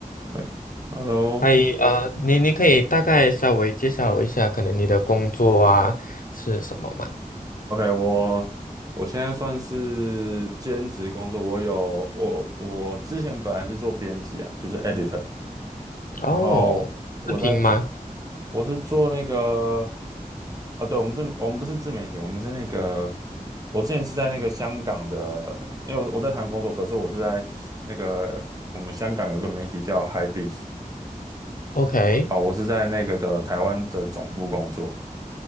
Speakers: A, on the right; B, on the left.
A: 哎，Hello，OK，
B: 嗨，呃，你你可以大概稍微介绍一下，可能你的工作啊是什么吗？
A: 我我现在算是兼职工作，我有我我之前本来是做编辑啊，就是 editor，
B: 哦，
A: 然后我在做，
B: 视频吗
A: 我是做那个，啊，对，我们是，我们不是自媒体，我们是那个，我之前是在那个香港的，因为我我在台湾工作，可是我是在那个我们香港有个媒体叫 h i b e a s t
B: ？OK，
A: 啊，我是在那个的台湾的总部工作。